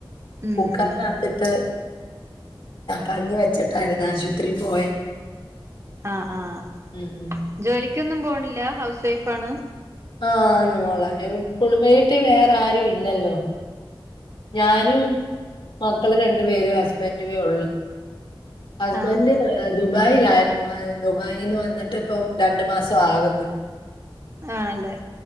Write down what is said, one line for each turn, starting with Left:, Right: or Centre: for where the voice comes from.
Right: ഉം
Left: കുക്കറിന
Right: ഉം
Left: കത്തിട്ട് കഞ്ഞി വെച്ചിട്ടായിരുന്നു ആശുപത്രി പോയെ
Right: ആ ഹ് ആഹ്
Left: ഉം
Right: ജോലിക്കൊന്നും പോണില്ല ഹൗസ് വൈഫ് ആണ്
Left: ആ ന്ന് മോളെ എപ്പളു വീട്ടി വേറെ ആരും ഇല്ലല്ലോ ഞാനും മക്കള് രണ്ടു പേര് ഹസ്ബൻഡ് വേ ഒള്ളൂ. ഹസ്ബന്റ്
Right: ആഹ്
Left: ദുബായിൽ ആയിരുന്നു ദുബായീന്ന് വന്നിട്ട് ഇപ്പം രണ്ടു മാസം ആകുന്നു
Right: ആണല്ലേ